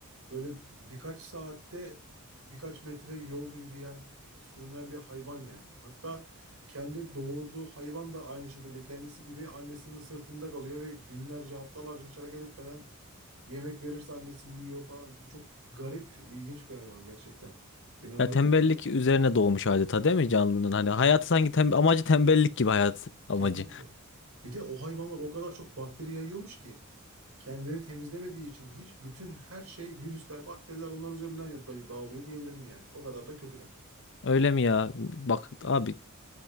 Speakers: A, on the right; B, on the left.
A: böyle birkaç saatte birkaç metre yol yürüyen, sürünen bir hayvan yani. Hatta kendi doğurduğu hayvan da aynı şekilde kendisi gibi annesinin sırtında kalıyor ve günlerce, haftalarca hiç hareket etmeden yemek verirse annesi yiyor falan. Bir çok garip, ilginç bir hayvan gerçekten. İnanılır.
B: Ya tembellik üzerine doğmuş adeta değil mi canlının? Hani hayatı sanki tem- amacı tembellik gibi hayat amacı.
A: Kesinlikle. Bir de o hayvanlar o kadar çok bakteri yayıyormuş ki. kendini temizlemediği için hiç bütün her şey virüsler, bakteriler onlar üzerinden ya- day- dağılıyor diyebilirim yani. O kadar da kötüler.
B: Öyle mi ya? Bak abi